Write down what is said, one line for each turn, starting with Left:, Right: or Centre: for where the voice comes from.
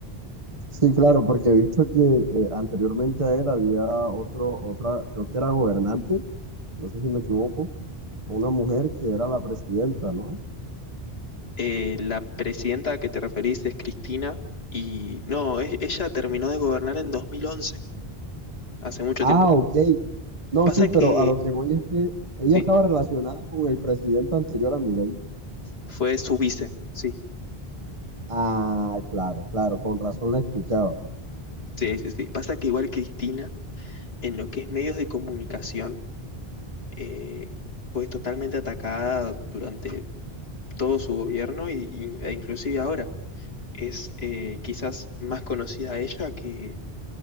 Right: Sí, claro, porque he visto que eh, anteriormente a él había otro, otra, creo que era gobernante, no sé si me equivoco, una mujer que era la presidenta, ¿no?
Left: Eh, la presidenta a que te referís es Cristina y no, e- ella terminó de gobernar en 2011, hace mucho
Right: Ah,
Left: tiempo.
Right: ok. No,
Left: Pasa
Right: sí, pero
Left: que,
Right: a lo que voy es que ella
Left: sí,
Right: estaba relacionada con el presidente anterior a Milei.
Left: fue su vice, sí,
Right: Ah, claro, claro, con razón la escuchaba.
Left: sí, sí, sí. Pasa que igual Cristina, en lo que es medios de comunicación, eh, fue totalmente atacada durante todo su gobierno y- y- e inclusive ahora. Es eh, quizás más conocida ella que,